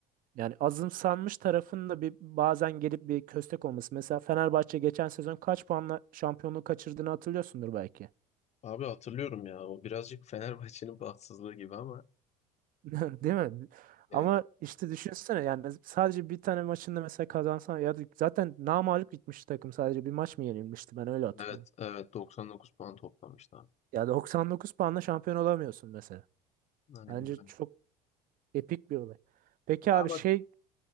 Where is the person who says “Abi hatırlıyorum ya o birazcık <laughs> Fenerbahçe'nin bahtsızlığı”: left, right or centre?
Left